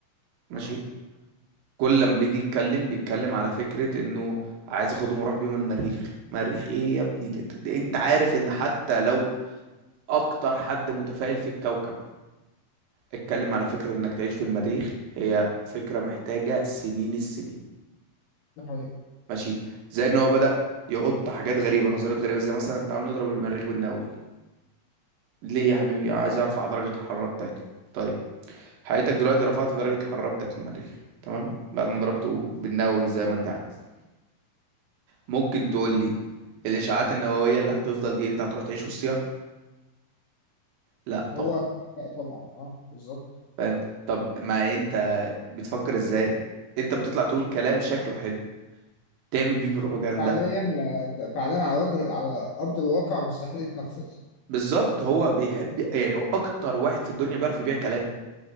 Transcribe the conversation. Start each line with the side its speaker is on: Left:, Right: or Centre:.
Right: ماشي
Left: اه
Right: كل لما بيجي يتكلم بيتكلم على فكرة انه عايز اخدهم واروح بيهم المريخ مريخ ايه يا ابني ده, ده انت عارف ان حتى لو اكتر حد متفائل في الكوكب اتكلم على فكرة انك تعيش في المريخ هي فكرة محتاجة سنين السنين
Left: ده حقيقة
Right: ماشي زي ان هو بدأ يحط حاجات غريبة نظريات غريبة زي مثلا تعالوا نضرب المريخ بالنووي ليه يا حبيبي عايز ارفع درجة الحرارة بتاعته طيب حضرتك دلوقتي رفعت درجة الحرارة بتاعة المريخ تمام بعد ما ضربته بالنووي زي ما انت عايز ممكن تقول لي الاشعاعات النووية اللي هتفضل دي انت هتروح تعيش وسطها لا
Left: هو
Right: طبعا
Left: لا طبعا اه بالظبط
Right: فاهم طب ما انت بتفكر ازاي انت بتطلع تقول كلام شكله حلو تعمل بيه بروباجندا
Left: بس فعليا لا- فعليا على وجه على ارض الواقع مستحيل يتنفذ
Right: بالظبط هو بيحب يعني هو اكتر واحد في الدنيا بيعرف يبيع كلام